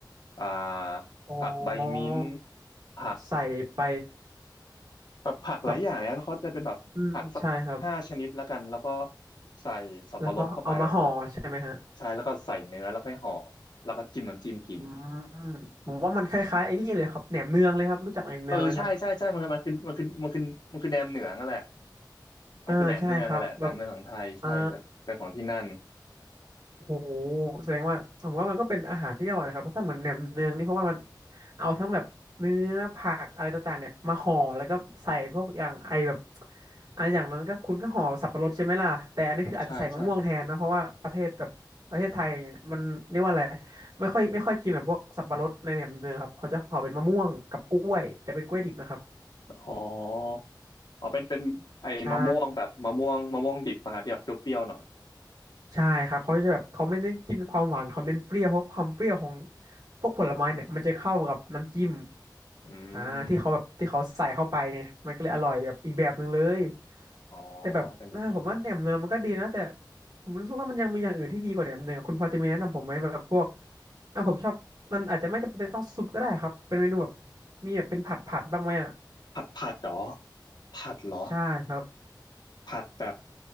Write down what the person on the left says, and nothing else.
อ่า
ผักใบมิ้นท์ผัก
แบบผักหลายอย่างนะแล้วเขาจะเป็นแบบผักสักห้าชนิดละกันแล้วก็
ใส่สับปะรดเข้าไปครับผม
ใช่แล้วก็ใส่เนื้อแล้วค่อยห่อแล้วก็จิ้มน้ำจิ้มกิน
เออใช่ใช่ใช่มันคือมันคือมันคือมันคือมันคือแหนมเหนืองอะแหละมันคือแหนมเนืองนั่ะแหละแหนมเนืองของไทยใช่แต่เปตนของที่นั่น
ใช่ใช่
อ๋ออ๋อเป็นเป็นไอ้มะม่วงแบบมะม่วงมะม่วงดิบมาที่แบบเปรี้ยวๆหน่อย
อืม
อ๋อ
เป็นอย่างนี้
ผัดผัดเหรอผัดเหรอ
ผัดแบบ